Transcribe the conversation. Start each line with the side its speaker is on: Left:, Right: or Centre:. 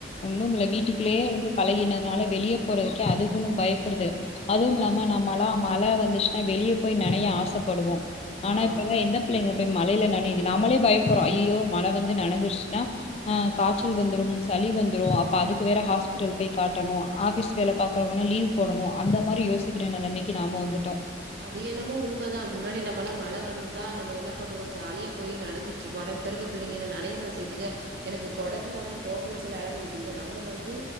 Left: ஒண்ணு இல்ல வீட்டுக்குள்ளயே இருந்து பழகினதுனால வெளிய போறதுக்கே அதுகளு பயப்படுதுக அதுவு இல்லாம நம்ம எல்லா மழ வந்துச்சுன்னா வெளிய போய் நனைய ஆசைப்படுவோ ஆனா
Right: ஆமா.
Left: இப்பல்லா என்னப் பிள்ளைங்க போய் மழையில நனையுது நாமளே பயபடறோ ஐயோ மழை வந்து நனஞ்சிருச்சுன்னா அங் காச்சல் வந்துரு சளி வந்துரு அப்ப அதுக்கு வேற ஹாஸ்பிட்டல் போய் காட்டணு ஆபிஸ் வேலை பாக்குறவன்னா லீவ் போடணு அந்த மாரி யோசிக்கிற நெலமைக்கி நாம வந்துட்டோ
Right: அது என்னமோ உண்மைதா முன்னாடி நம்மல்லா மழை வந்தா நம்ம என்ன பண்ணுவோ ஜாலியா போயி நனஞ்சிட் ற்றுபோ ஆனா இப்ப இருக்க பிள்ளைங்க என்ன நினையவா சேயிதுங்க எனக்கு கொடர்ந்தா தா போவேன்னு சொல்லி அடம் பிடிக்குதுங்க நம்ம வந்து